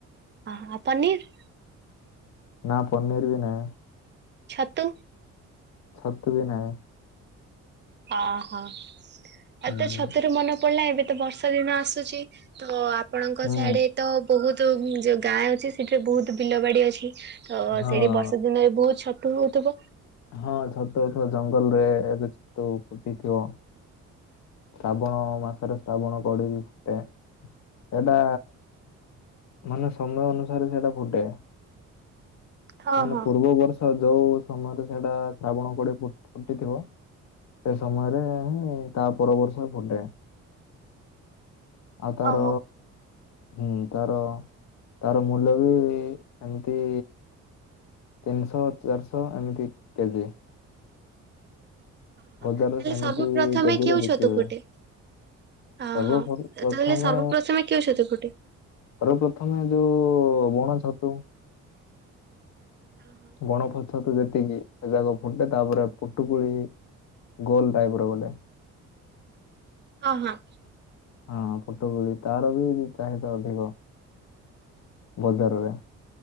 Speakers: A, on the right (about 35°); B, on the left (about 65°).
A: ଅ ହଁ ପନିର୍।
B: ନାଁ ପନିର୍ ବି ନାଇଁ।
A: ଛତୁ।
B: ଛତୁ ବି ନାହିଁ।
A: ଅ ହ
B: ହୁଁ
A: ଆଉ ତ ଛତୁରେ ମନ ପଡିଲା ଏବେ ତ ବର୍ଷା ଦିନ ଆସୁଛି ତ ଆପଣଙ୍କ
B: ହୁଁ
A: ସିଆଡେ ତ ବହୁତ ତ ଯୋଉ ଗାଁ ଅଛି ସେଠିରେ ବହୁତ ବିଲ ବାଡି ଅଛି ତ
B: ହଁ।
A: ସେଇଠି ବର୍ଷା ଦିନରେ ବହୁତ ଛତ ତୁ ହଉଥିବ।
B: ହଁ ଛତୁ ହଉଥିବ ଜଙ୍ଗଲ ରେ ଏବେ ଛତୁ ଫୁଟିଥିବ। ଶ୍ରାବଣ ମାସରେ ଶ୍ରାବଣ କଢ଼ି ବି ଫୁଟେ। ସେଇଟା ମାନେ ସମୟ ଅନୁସାରେ ସେଇଟା ଫୁଟେ।
A: ହଁ
B: ମାନେ
A: ହଁ
B: ପୂର୍ବ ବର୍ଷ ଯୋଉ ସମୟରେ ସେଇଟା ଶ୍ରାବଣ କୋଢ଼ି ଫୁଟିଥିବ ସେ ସମୟରେ ତା ପର ବର୍ଷ ଫୁଟେ।
A: <inaudible>
B: ଆଉ ତାର
A: ଓହୋ
B: ହୁଁ ତାର ତାର ମୂଲ୍ୟ ବି ଏମିତି ତିନିଶହ ଚାରିଶହ ଏମିତି କେଜି।
A: ଓ
B: ବଜାରରେ
A: ତାହଲେ
B: ସେମିତି
A: ସର୍ବପ୍ରଥମେ
B: କେଜିରେ
A: କେଉଁ
B: ବିକ୍ରି
A: ଛତୁ
B: ହୁଏ।
A: ଫୁଟେ? ଅହ
B: ସର୍ବ ପ୍ରଥମେ
A: ତାହେଲେ ସର୍ବପ୍ରଥମେ କେଉଁ ଛତୁ ଫୁଟେ?
B: ସର୍ବପ୍ରଥମେ ଯୋଉ ବଣ ଛତୁ।
A: ହୁଁ।
B: ବଣ ପଛ ତ ଯେତିକି ସେ ଯାକ ଫୁଟେ ତାପରେ ପୁଟୁକୁୁଳି ଗୋଲ ଟାଇପର ଗୋଟେ।
A: ଓ ହଁ।
B: ହଁ ଫୁଟଗୁଳି ତାର ବି ଚାହିଦା ଅଧିକ ବଜାରରେ